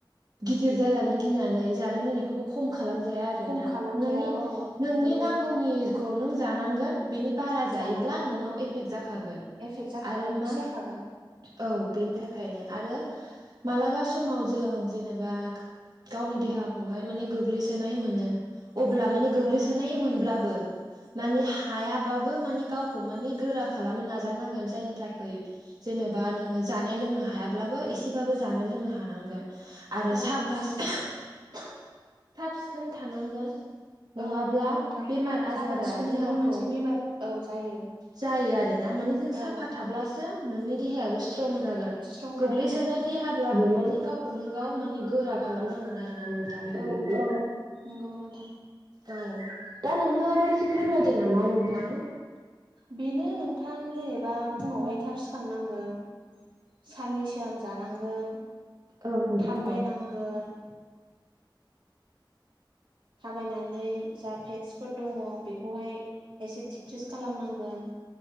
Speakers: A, on the right (about 55°); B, on the right (about 80°).
A: गिदिर जाजानो गिनानै जानाय लोंनायखौबो खम खालामजाया आरोना
B: खम खालामजाया
A: मानि
B: औ
A: नोंनि
B: नंगौ
A: नांगौनिखौ नों जानांगोन बिनि बारा
B: जानांगोन
A: जायोब्ला नोंनाव
B: औ
A: एफेक्ट जाखागोन
B: एफेक्ट जाखागोनखि
A: आरो मा
B: जाखागोन
A: औ बेनि थाखायनो आरो मालाबा समाव जों जेनेबा गावनि देहाखौहाय माने गोग्लैसोनाय मोनो अब्ला माने गोग्लैसोनाय
B: औ
A: मोनब्लाबो माने
B: औ
A: हायाबाबो मानि गावखौ मानि गोरा खालामनो नाजानांगोन जायनि थाखाय जेनेबा नोङो जानो लोंनो हायाब्लाबो एसेबाबो जानो लोंनो हानांगोन आरो
B: औ
A: साफा
B: नंगौ
A: साब
B: नोंथां
A: सिखोन थानांगोन नङाब्ला
B: औ नंगौ नोंथां
A: बेमार
B: साखोन
A: आजारा
B: सिखोनजोंबो
A: देहाखौ
B: मोनसे बेमार औ जायो
A: जायो आरो ना माने जों
B: औ
A: साफा थाब्लासो नोंनि देहायाबो स्ट्रं जागोन
B: स्ट्रं जागोन
A: गोग्लैसोनाय
B: औ
A: देहाब्लाबो मानि गावखौनो गाव माने गोरा खालामनांगोन आरो ना नों थां बेबादि
B: औ नंगौ नोंथां
A: औ दा नोंथाङाबो एसे फोरमायदो नामा नोंथां
B: बेनो नोंथां जेनेबा फुङावहाय
A: औ
B: थाब सिखारनांगोन साननि सोरां जानांगोन
A: नोंथां
B: थाबायनांगोन
A: औ
B: थाबायनानै जा फेक्सफोर दङ बेखौहाय एसे दि प्रेक्टिस खालामनांगोन